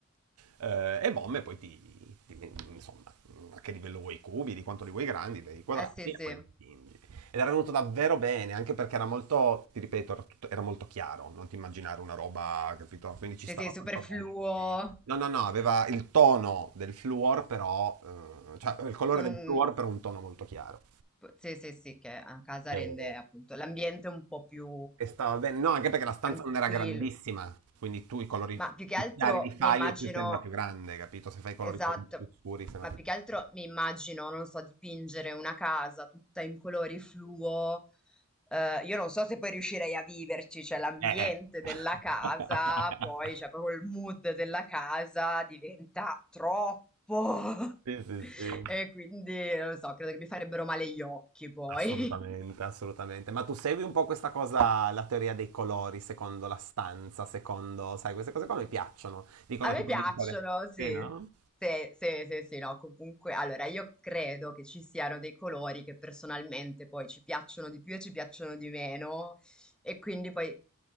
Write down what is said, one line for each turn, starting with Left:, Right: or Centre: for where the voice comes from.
Right: eh, e BOM e poi ti, ti- insomma, a che livello vuoi i cubi, di quanto li vuoi grandi, li quadrati
Centre: Eh sì,
Right: e
Centre: sì.
Right: poi lo dipingi. Ed era venuto davvero bene, anche perché era molto, ti ripeto, era, tutto- era molto chiaro, non ti immaginare una roba, capito? Quindi ci
Centre: Sì,
Right: stava
Centre: sì, superfluo.
Right: molto bene. così. No, no, no, aveva il tono del fluor, però, eh, cioè il colore
Centre: Con
Right: del
Centre: un...
Right: fluor, però un tono molto chiaro.
Centre: P- Sì, sì, sì, che a casa
Right: Eh,
Centre: rende appunto l'ambiente un po' più
Right: e stava bene, no, anche perché la stanza
Centre: tranquillo.
Right: non era grandissima, quindi tu i colori
Centre: Ma più che
Right: più
Centre: altro
Right: chiari li fai
Centre: mi immagino,
Right: e più sembra più grande, capito? Se fai i colori
Centre: esatto,
Right: poi più scuri sembra
Centre: ma
Right: più
Centre: più
Right: piccolo.
Centre: che altro mi immagino, non so, dipingere una casa tutta in colori fluo. Eh, io non so se poi riuscirei a viverci, cioè l'ambiente
Right: Eh, eh. <laughs>
Centre: della casa, poi cioè proprio il mood della casa diventa troppo. <laughs>
Right: Sì, sì, sì.
Centre: E quindi non lo so, credo che mi farebbero male gli occhi poi.
Right: Assolutamente, assolutamente. Ma tu segui un po' questa cosa, la teoria dei colori, secondo la stanza, secondo, sai, queste cose qua mi piacciono. Dicono
Centre: A me
Right: tipo
Centre: piacciono,
Right: dei colori.
Centre: sì.
Right: Sì, no?
Centre: Sì, sì, sì, sì, no, comunque, allora io credo che ci siano dei colori che personalmente poi ci piacciono di più e ci piacciono di meno e quindi poi